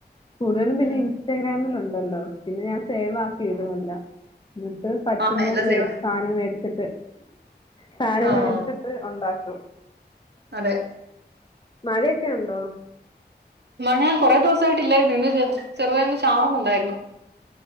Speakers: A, on the left; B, on the right.
A: കൂടുതലും പിന്നെ
B: ഉം
A: ഇൻസ്റ്റഗ്രാമിൽ ഉണ്ടല്ലോ പിന്നെ ഞാൻ സേവാ ആക്കിടും എല്ലാം എന്നിട്ട് പറ്റുമ്പം
B: ആഹ് എല്ലാം സേവാ.
A: സാധനം മേടിച്ചിട്ട് സാധനം
B: ആഹ്
A: മേടിച്ചിട്ട് ഉണ്ടാക്കും.
B: അതെ
A: മഴയൊക്കെ ഉണ്ടോ
B: മഴയാ കുറേ ദിവ സയിട്ടല്ലായിരുന്നു. ഇന്ന് ചെറുതായിന്ന് ചാറുന്നു ഉണ്ടായിരുന്നു.